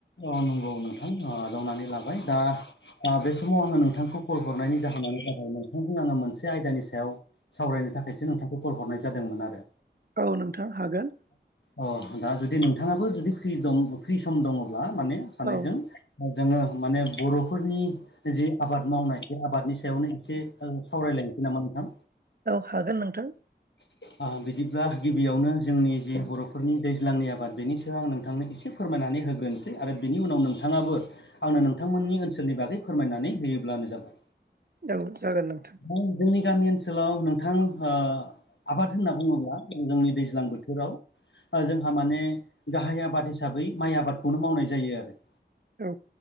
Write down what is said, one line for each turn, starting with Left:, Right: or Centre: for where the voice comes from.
Left: अ''नंगौ नोंथां। ओ जावनानै लाबाय दा ओ बे समाव आङो नोंथांखौ कल हरनायनि जाहोनानो जाबाय नोंथांजों आङो मोनसे आयदानि सायाव सावरायनो थाखायसो नोंथांखौ कल हरनाय जादोंमोन आरो।
Right: औ नोंथां हागोन।
Left: अ -दा जुदि नोंथाङाबो जुदि फ्रि दं फ्रि सम दङब्ला माने सानैजों
Right: औ
Left: जोङो माने बर'फोरनि जि आबाद मावनाय बे आबादनि सायावनो एसे सावरायलायनोसै नामा नोंथां।
Right: औ हागोन नोंथां।
Left: <inaudible> ओ बिदिब्ला गिबियावनो जोंनि जे बर'फोरनि दैज्लांनि आबाद बेनि सायाव आं नोंथांनो एसे फोरमायनानै होग्रोनोसै आरो बिनि उनाव नोंथाङाबो आंनो नोंथांमोननि ओनसोलनि बागै फोरमायनानै होयोब्लानो जाबाय।
Right: औ जागोन नोंथां।
Left: औ जोंनि गामि ओनसोलाव नोंथां हो आबाद होनना बुङोब्ला जों जोंनि दैज्लां बोथोराव ओ जोंहा माने गाहाय आबाद हिसाबै माइ आबादखौनो मावनाय जायो आरो।
Right: औ।